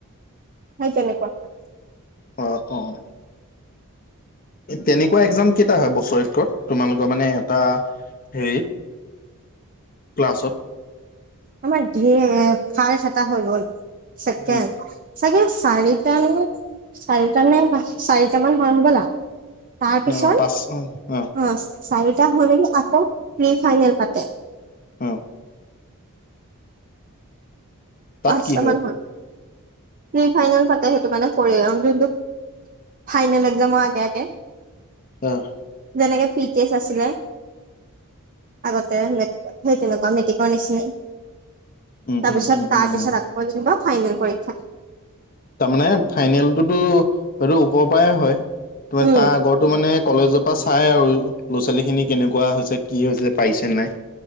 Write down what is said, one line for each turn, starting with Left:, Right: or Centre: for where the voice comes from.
Right: সেই তেনেকুৱা।
Left: অ' অঁ। তেনেকুৱা এক্সাম কেইটা হয় বছৰেকত তোমালোকৰ মানে এটা হেৰিত ক্লাছত?
Right: আমাৰ ধেৰ ফাৰ্ষ্ট এটা হৈ গ'ল ছেকেণ্ড
Left: উম,
Right: চাগে চাৰিটা নে চাৰিটা নে চাৰিটামান হয় হ'বলা। তাৰ পিছত
Left: অ পাঁচ অ অ
Right: অঁ চাৰিটা হৈ মেলি আকৌ প্ৰি ফাইনেল পাতে।
Left: অঁ। তাত
Right: পাঁচটা
Left: কি
Right: মান হয় প্ৰি ফাইনেল পাতে সেইটো মানে কৰে অঁ যোনটো ফাইনেল এক্সামৰ আগে আগে।
Left: আঁহ।
Right: যেনেকে প্ৰি টেষ্ট আছিলে আগতে মেট্ৰিকত সেই তেনেকুৱা মেট্ৰিকৰ নিচিনাই
Left: উম
Right: তাৰপিছত
Left: উম উম
Right: তাৰপিছত
Left: উম
Right: আকৌ যেনিবা ফাইনেল পৰীক্ষা
Left: তাৰমানে ফাইনেলটোতো সেইটো ওপৰৰ পৰাই হয়। তোমাৰ
Right: উম
Left: তাৰ আগৰটো মানে কলেজৰ পৰা চাই আৰু ল'ৰা ছোৱালী খিনি কেনেকুৱা হৈছে কি হৈছে পাৰিছে নাই।